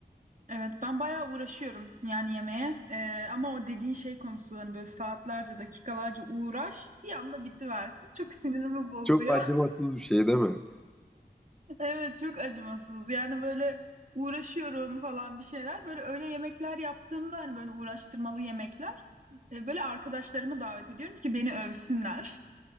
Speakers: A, on the right; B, in the centre.
A: Evet ben bayağı uğraşıyorum yani yemeğe Ee, ama o dediğin şey konusu hani böyle saatlerce dakikalarca uğraş bir anda bitiversin çok sinirimi bozuyor.
B: Çok acımasız bir şey değil mi?
A: <laughs> Evet çok acımasız yani böyle uğraşıyorum falan bir şeyler böyle öyle yemekler yaptığımda hani böyle uğraştırmalı yemekler e, böyle arkadaşlarımı davet ediyorum ki beni övsünler.